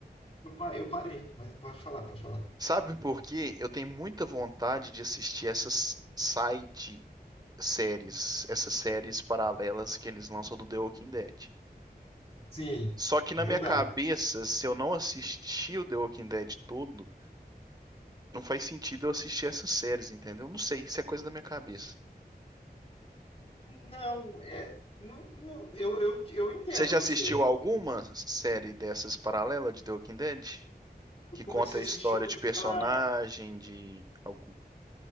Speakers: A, on the left; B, on the right.
A: eu, pa- eu parei, mas pode falar, pode falar.
B: sabe por quê? Eu tenho muita vontade de assistir essas side séries, essas séries paralelas que eles lançam do The Walking Dead.
A: Sim,
B: Só que
A: é
B: na
A: verdade.
B: minha cabeça, se eu não assistir o The Walking Dead todo Não faz sentido eu assistir essas séries, entendeu? Não sei, isso é coisa da minha cabeça.
A: Não, é, não, não, eu, eu, eu entendo
B: Você já
A: você.
B: assistiu alguma série dessas paralela de The Walking Dead?
A: Eu
B: Que
A: comecei
B: conta a
A: a
B: história
A: assistir uma
B: de
A: daquela.
B: personagem, de algum.